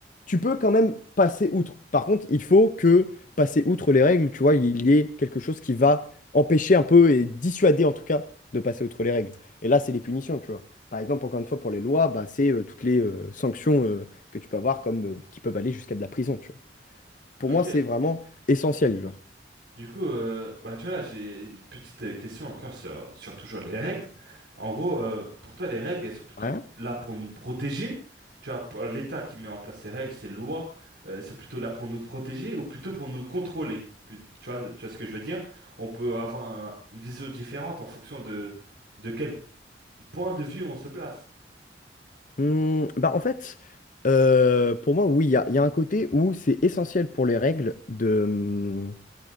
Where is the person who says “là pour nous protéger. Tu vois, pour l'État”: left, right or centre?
Right